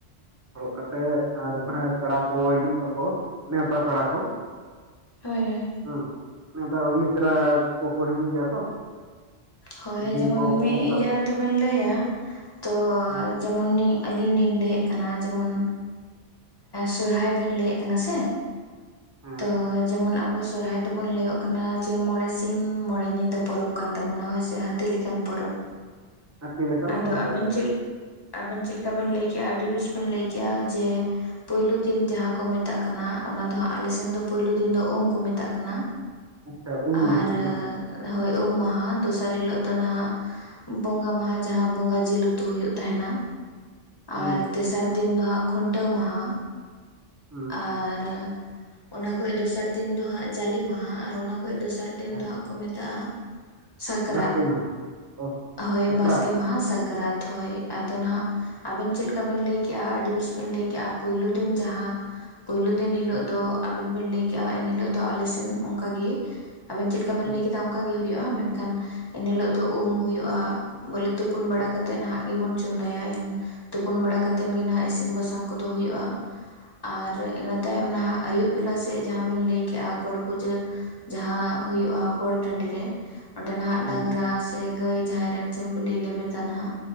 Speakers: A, on the right (about 20°); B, on the left (about 25°).
A: ᱦᱲᱚᱜ ᱠᱟᱛᱮ ᱟᱨ ᱡᱟᱸᱦᱟᱭ ᱯᱮᱲᱟ ᱠᱚ ᱦᱤᱡᱩᱜ ᱟᱠᱚ ᱱᱮᱶᱛᱟ ᱯᱮᱲᱟ ᱠᱚ᱾
B: ᱦᱳᱭ ᱦᱳᱭ᱾
A: ᱦᱮᱸ ᱱᱮᱣᱛᱟ ᱢᱤᱥᱨᱟ ᱠᱚᱠᱚ ᱦᱤᱡᱩᱜ ᱜᱮᱭᱟ ᱛᱚ
B: ᱦᱳᱭ
A: ᱡᱷᱤ
B: ᱡᱮᱢᱚᱱ
A: ᱠᱚ ᱠᱩᱢᱟᱹᱝ
B: ᱢᱤᱫ
A: ᱛᱟᱠᱚ
B: ᱤᱭᱟᱹ ᱛᱮᱵᱮᱱ ᱞᱟᱹᱭᱟ ᱛᱚ,
A: ᱦᱮᱸ
B: ᱡᱮᱢᱚᱱᱤᱧ ᱟᱹᱞᱤᱧ ᱞᱤᱧ ᱞᱟᱹᱭᱮᱫ ᱠᱟᱱᱟ ᱡᱮᱢᱚᱱ ᱥᱚᱨᱦᱟᱭ ᱵᱮᱱ ᱞᱟᱹᱭᱮᱫ ᱠᱟᱱᱟ ᱥᱮ
A: ᱦᱮᱸ
B: ᱛᱚ ᱡᱮᱢᱚᱱ ᱟᱵᱚ, ᱥᱚᱨᱦᱟᱭ ᱫᱚᱵᱚᱱ ᱞᱟᱹᱭᱚᱜ ᱠᱟᱱᱟ ᱡᱮ ᱢᱚᱬᱮ ᱥᱤᱧ ᱢᱚᱬᱮ ᱧᱤᱫᱟᱹ ᱯᱚᱨᱚᱵᱽ ᱠᱟᱱ ᱛᱟᱵᱚᱱᱟ ᱦᱳᱭᱥᱮ, ᱦᱟᱹᱛᱤ ᱞᱮᱟᱱ ᱯᱚᱨᱚᱵ
A: ᱦᱟᱹᱛᱤ ᱞᱮᱠᱟᱱ
B: ᱟᱫᱚ
A: ᱥᱚᱦᱚᱨᱟᱭ
B: ᱟᱵᱮᱱ ᱪᱮᱫ ᱟᱵᱮᱱ ᱪᱮᱫ ᱞᱮᱠᱟ ᱵᱤᱱ ᱞᱟᱹᱭ ᱠᱮᱫᱼᱟ ᱟᱹᱰᱤ ᱵᱮᱥ ᱵᱮᱱ ᱞᱟᱹᱭ ᱠᱮᱭᱼᱟ ᱡᱮ, ᱯᱳᱭᱞᱳ ᱫᱤᱱ ᱡᱟᱦᱟᱸ ᱠᱚ ᱢᱮᱛᱟᱜ ᱠᱟᱱᱟ ᱚᱱᱟ ᱫᱚ ᱦᱟᱸᱜ ᱟᱞᱮ ᱥᱮᱱ ᱫᱚ ᱯᱳᱭᱞᱳ ᱫᱤᱱ ᱫᱚ ᱩᱢ ᱠᱚ ᱢᱮᱛᱟᱜ ᱠᱟᱱᱟ᱾
A: ᱟᱪᱪᱷᱟ ᱩᱢ ᱢᱟᱦᱟ
B: ᱟᱨ
A: ᱵᱟᱝ
B: ᱦᱳᱭ ᱩᱢ ᱢᱟᱦᱟᱸ ᱫᱚᱥᱟᱨ ᱫᱚᱥᱟᱨ ᱦᱤᱞᱳᱜ ᱫᱚ ᱱᱟᱦᱟᱜ ᱵᱚᱸᱜᱟ ᱢᱟᱦᱟᱸ ᱡᱟᱦᱟᱸ ᱵᱚᱸᱜᱟ ᱡᱤᱞ ᱩᱛᱩ ᱦᱩᱭᱩᱜ ᱛᱟᱦᱮᱱᱟ᱾
A: ᱦᱩᱸ
B: ᱟᱨ ᱛᱮᱥᱟᱨ ᱫᱤᱱ ᱫᱚ ᱦᱟᱸᱜ ᱠᱷᱩᱱᱴᱟᱹᱣ ᱢᱟᱦᱟ,
A: ᱦᱩᱸ,
B: ᱟᱨ ᱚᱱᱟ ᱠᱷᱚᱡ ᱫᱚᱥᱟᱨ ᱫᱤᱱ ᱫᱚ ᱦᱟᱸᱜ ᱡᱟᱞᱮ ᱢᱟᱦᱟᱸᱟᱨ ᱚᱱᱟ ᱠᱷᱚᱱ ᱫᱚᱥᱟᱨ ᱫᱤᱱ
A: ᱦᱮᱸ
B: ᱫᱚ ᱦᱟᱸᱜ, ᱠᱚ ᱢᱮᱛᱟᱜᱼᱟ ᱥᱟᱠᱨᱟᱛ
A: ᱵᱟᱥᱠᱮ ᱢᱟᱦᱟ ᱚ
B: ᱦᱳᱭ
A: ᱥᱟᱠᱨᱟᱛ
B: ᱵᱟᱥᱠᱮ ᱢᱟᱦᱟᱸ ᱥᱟᱠᱨᱟᱛ ᱦᱳᱭ᱾ ᱟᱫᱚ ᱱᱟᱦᱟᱸᱜ ᱟᱵᱮᱱ ᱪᱮᱫ ᱞᱮᱠᱟ ᱵᱮᱱ ᱞᱟᱹᱭ ᱠᱮᱜᱼᱟ ᱟᱹᱰᱤ ᱵᱮᱥ ᱵᱮᱱ ᱞᱟᱹᱭ ᱠᱮᱜᱼᱟ ᱯᱳᱭᱞᱳ ᱫᱤᱱ ᱡᱟᱦᱟᱸ, ᱯᱳᱭᱞᱳ ᱫᱤᱱ ᱦᱤᱞᱳᱜ
A: ᱦᱩᱸ
B: ᱫᱚ ᱟᱵᱮᱱ ᱵᱮᱱ ᱞᱟᱹᱭ ᱠᱮᱜᱼᱟ ᱮᱱ ᱦᱤᱞᱳᱜ ᱫᱚ ᱟᱞᱮ ᱥᱮᱱ ᱚᱱᱠᱟ ᱜᱮ᱾ ᱟᱵᱮᱱ ᱪᱮᱫ ᱞᱮᱠᱟ ᱵᱮᱱ
A: ᱦᱩᱸ
B: ᱞᱟᱹᱭ ᱠᱮᱫᱟ ᱚᱱᱠᱟ ᱜᱮ ᱦᱩᱭᱩᱜᱼᱟ, ᱢᱮᱱᱠᱷᱟᱱ ᱮᱱ ᱦᱤᱞᱳᱜ ᱫᱚ ᱩᱢ ᱦᱩᱭᱩᱜᱼᱟ᱾ ᱵᱚᱞᱮ ᱛᱩᱯᱩᱱ ᱵᱟᱲᱟ
A: ᱦᱮᱸ
B: ᱠᱟᱛᱮᱫ ᱱᱟᱦᱟᱜ ᱜᱮᱵᱚᱱ ᱪᱚᱸᱫᱟᱭᱟ ᱛᱩᱯᱩᱱ ᱵᱟᱲᱟ ᱠᱟᱛᱮᱫ ᱜᱮ ᱱᱟᱜ ᱤᱥᱤᱱ ᱵᱟᱥᱟᱝ ᱠᱚ ᱫᱚ ᱦᱩᱭᱩᱜᱼᱟ᱾ ᱟᱨ ᱤᱱᱟᱹ ᱛᱟᱭᱚᱢ ᱱᱟᱦᱟᱜ ᱟᱹᱭᱩᱵ ᱟᱯᱞᱟ ᱥᱮᱫ ᱡᱟᱦᱟᱸ ᱵᱮᱱ ᱞᱟᱹᱭ ᱠᱮᱜᱼᱟ ᱜᱚᱴ ᱯᱩᱡᱟᱹ ᱡᱟᱦᱟᱸ ᱦᱩᱭᱩᱜᱼᱟ ᱜᱚᱴ ᱴᱟᱺᱰᱤ ᱨᱮ᱾ ᱚᱸᱰᱮ ᱱᱟᱦᱟᱜ
A: ᱦᱮᱸ
B: ᱰᱟᱝᱨᱟ ᱥᱮ ᱜᱟᱹᱭ ᱡᱟᱦᱟᱸᱭ ᱨᱮᱱ ᱥᱤᱢ ᱵᱤᱞᱤ ᱞᱮᱵᱮᱫᱟ ᱱᱟᱦᱟᱜ